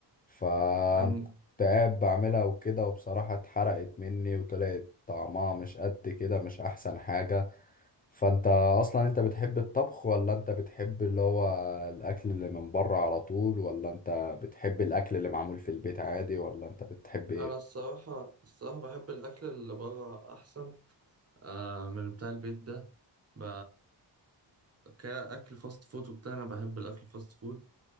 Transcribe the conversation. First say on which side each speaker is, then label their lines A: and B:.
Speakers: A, on the left; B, on the right.
A: فكنت
B: أن-
A: قاعد بعملها وكده وبصراحة اتحرقت مني وطلعت طعمها مش قد كده مش احسن حاجة فانت اصلا انت بتحب الطبخ ولا انت بتحب اللي هو الاكل اللي من بره على طول ولا انت بتحب الاكل اللي معمول في البيت عادي ولا انت بتحب ايه
B: أنا الصراحة الصراحة بحب الأكل اللي بره أحسن آه من بتاع البيت ده ب... كأكل فاست فود وبتاع أنا بحب الأكل الفاست فود